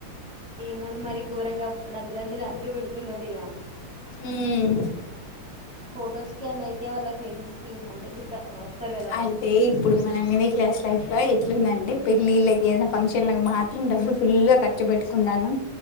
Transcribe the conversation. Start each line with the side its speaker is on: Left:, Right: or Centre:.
Right: ఈయన్ నన్ను మరి ఘోరంగా డబ్బులండి దాన్ని పెడుతున్నారు ఇగ
Left: ఉమ్
Right: ఫొటోస్ కే అయితే వాళ్ల ఫ్రెండ్స్ కి అంటే చుట్ట వస్తారు కదా
Left: అంటే ఇప్పుడు మన మినీ క్లాస్ లైఫ్ ఎట్లుందంటే పెళ్ళిళ్ళకి ఏదైనా ఫంక్షన్ మాత్రం డబ్బులు ఫుల్ గా ఖర్చు పెట్టుకుందన్నా